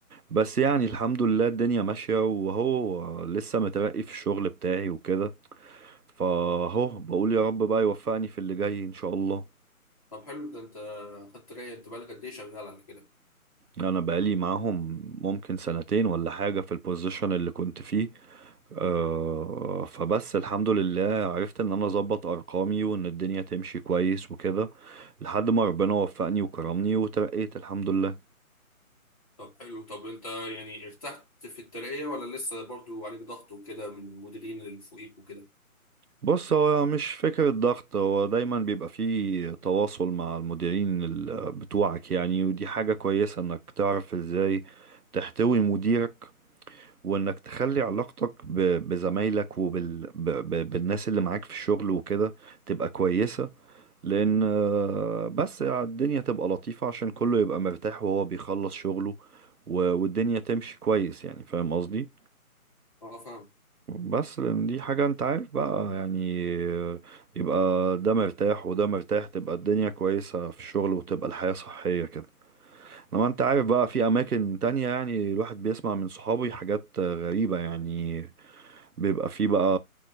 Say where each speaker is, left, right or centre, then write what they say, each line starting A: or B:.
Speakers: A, on the right; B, on the left.
A: بس يعني الحمد لله الدنيا ماشية وهو لسه مترقي في الشغل بتاعي وكده فهو بقول يا رب بقى يوفقني في اللي جاي ان شاء الله
B: طب حلو ده انت خدت ترقية انت بقالك قد ايه شغال على كده
A: انا بقالي معاهم ممكن سنتين ولا حاجة في البوزيشن اللي كنت فيه أه فبس الحمد لله عرفت ان انا اظبط ارقامي وان الدنيا تمشي كويس وكده لحد ما ربنا وفقني وكرمني وترقيت الحمد لله
B: طب حلو طب انت يعني ارتحت في الترقية ولا لسه برضو عليك ضغط وكده من المديرين اللي فوقيك وكده
A: بص هو مش فكرة ضغط هو دايما بيبقى فيه تواصل مع المديرين ال- بتوعك يعني ودي حاجة كويسة انك تعرف ازاي تحتوي مديرك وانك تخلي علاقتك ب- بزمايلك وبال ب- ب- بالناس اللي معاك في الشغل وكده تبقى كويسة لان آه، بس الدنيا تبقى لطيفة عشان كله يبقى مرتاح وهو بيخلص شغله و- والدنيا تمشي كويس يعني فاهم قصدي
B: اه فاهم
A: بس لان دي حاجة انت عارف بقى يعني آه، يبقى ده مرتاح وده مرتاح تبقى الدنيا كويسة في الشغل وتبقى الحياة صحية كده لما انت عارف بقى في اماكن تانية يعني الواحد بيسمع من صحابي حاجات آه، غريبة يعني بيبقى فيه بقى